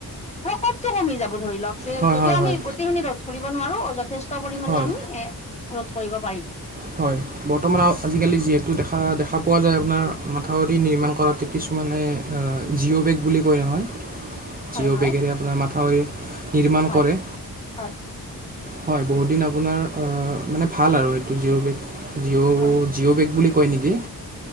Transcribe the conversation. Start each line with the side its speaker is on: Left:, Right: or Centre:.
Left: ব্ৰকট টো কমি যাব ধৰি লওক যে
Right: হয়
Left: যদিও
Right: হয়
Left: আমি
Right: হয়
Left: গোটেইখিনি ৰ'দ ধৰিব নোৱাৰো যথেষ্ট পৰিমণে
Right: হয়
Left: আমি কৰিব পাৰিম।
Right: হয় বৰ্তমান আজিকালি যিহেতু দেখা দেখা পোৱা যায় আপোনাৰ মাথাউৰি নিৰ্মাণ কৰাতে কিছু মানে জিঅ' বেগ বুলি কয় নহয়।
Left: হয়
Right: যিও
Left: হয়
Right: বেগেৰে আপোনাৰ মাথাউৰি নিৰ্মাণ
Left: হয়
Right: কৰে
Left: হয়
Right: হয় বহুত দিন আপোনাৰ মানে ভাল আৰু জিঅ' বেগ জিঅ'
Left: হয়
Right: জিঅ' বেগ বুলি ক নেকি?